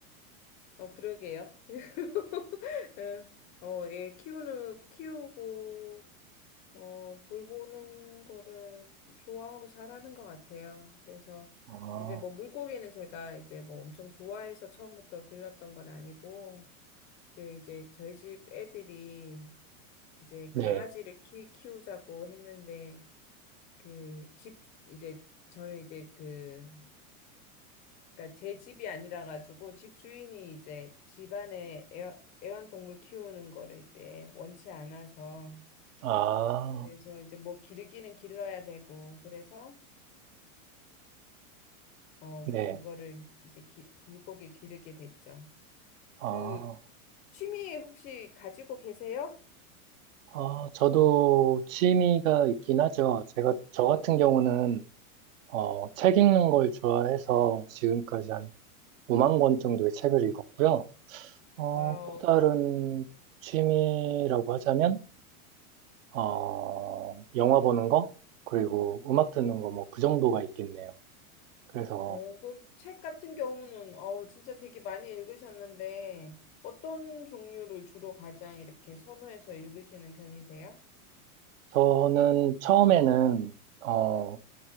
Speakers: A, on the left; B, on the right.
A: 어, 그러게요. <laughs> 예, 어, 예, 키우는, 키우고, 어, 돌보는 거를 좋아하고 잘하는 것 같아요. 그래서
B: 아,
A: 이제 뭐 물고기는 제가 이제 뭐 엄청 좋아해서 처음부터 길렀던 건 아니고, 그 이제 저희 집 애들이 이제
B: 네.
A: 강아지를 키, 키우자고 했는데, 그 집, 이제 저는 이제 그 그러니까 제 집이 아니라 가지고 집 주인이 이제 집안에 애완, 애완동물 키우는 거를 이제 원치 않아서
B: 아,
A: 그래서 이제 뭐 기르기는 길러야 되고 그래서 어
B: 네.
A: 그거를 이제 기, 그 물고기 기르게 됐죠.
B: 아.
A: 그 취미 혹시 가지고 계세요?
B: 어, 저도 취미가 있긴 하죠. 제가, 저 같은 경우는, 어, 책 읽는 걸 좋아해서 지금까지 한 5만 권 정도의 책을 읽었고요. 어,
A: 와우.
B: 또 다른 취미라고 하자면, 어, 영화 보는 거, 그리고 음악 듣는 거, 뭐, 그 정도가 있겠네요. 그래서
A: 어, 그럼 책 같은 경우는 어 진짜 되게 많이 읽으셨는데 어떤 종류를 주로 가장 이렇게 선호해서 읽으시는 편이세요?
B: 저는 처음에는, 어,